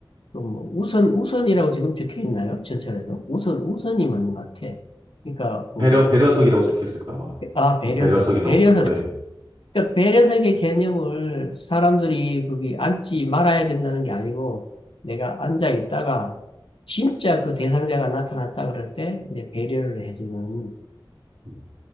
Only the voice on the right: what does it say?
배려 배려석이라고 적혀있을 거야 아마
어, 배려석이
나오서 네
음,